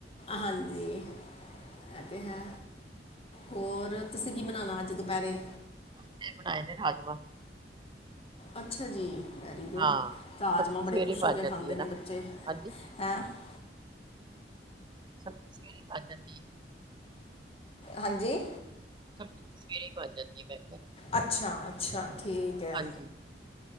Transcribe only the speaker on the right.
ਅਸੀ ਬਣਾਏ ਨੇ ਰਾਜਮਾ।
ਹਾਂ
ਸਬਜ਼ੀ
ਸਵੇਰੇ
ਬਣ
ਜਾਂਦੀ
ਹੈ
ਨਾ
ਹਾਂਜੀ
ਸਤਿ ਸ੍ਰਜਨ ਜੀ। <unintelligible>
ਸਵੇਰੇ ਹੀ ਬਣ ਜਾਂਦੀ ਵੈਸੇ। <unintelligible>
ਹਾਂਜੀ